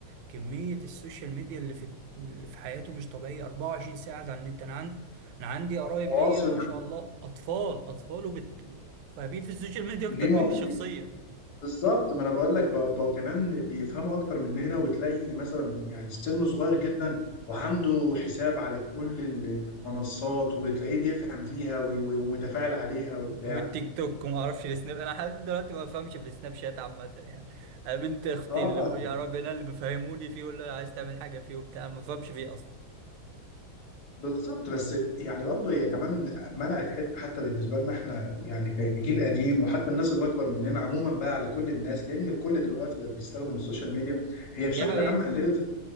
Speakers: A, on the right; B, on the left.
A: كمية السوشيال ميديا اللي في اللي في حياته مش طبيعية 24 ساعة على النت أنا عن... انا عندي قرايب
B: مواصل
A: ليا ما شاء الله اطفال اطفال وبت... فاهمين في السوشيال ميديا اكتر
B: ليه ما...
A: مني شخصيا
B: ليه- بالظبط ما انا بقول لك بقى, بقى كمان بيفهموا اكتر مننا وتلاقي مثلا يعني سنه صغير جدا وعنده حساب على كل المنصات وتلاقيه بيفهم فيها وي- وي- ومتفاعل عليها وبتاع
A: والتيك توك وما اعرفش السناب انا لحد دلوقتي ما بفهمش في السناب شات عامه يعني انا بنت اختي
B: اه
A: اللي يا رب انا اللي بيفهموني فيه ولا عايز تعمل حاجه فيه وبتاع ما بفهمش فيه اصلا
B: بالظبط بس يعني برضه هي كمان منعت حته حتى بالنسبه لنا احنا يعني كجيل قديم وحتى الناس اللي اكبر مننا عموما بقى على كل الناس لان الكل دلوقتي بقى بيستخدم السوشيال ميديا هي بشكل
A: دي حقيقه
B: عام قللت